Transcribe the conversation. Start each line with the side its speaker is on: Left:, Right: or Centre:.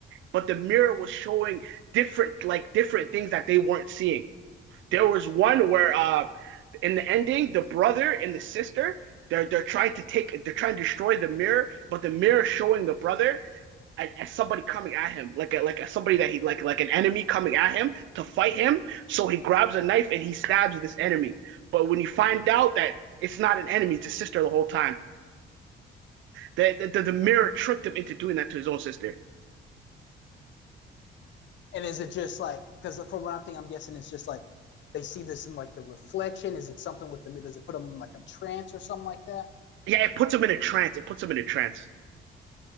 Right: but the mirror was showing different like different things that they weren't seeing. There was one where uh in the ending, the brother and the sister, they're they're trying to take they're trying to destroy the mirror, but the mirror showing the brother as, somebody coming at him, like a, like a, somebody that he like like an enemy coming at him to fight him. So he grabs a knife and he stabs this enemy. But when you find out that it's not an enemy, it's a sister the whole time. the, the, the mirror
Left: Oh,
Right: tricked him into doing that to his own sister.
Left: And is it just like because for what I'm thinking, I'm guessing it's just like they see this in like the reflection. Is it something with the does it put them in like a trance or something like that?
Right: Yeah, it puts him in a trance. It puts him in a trance.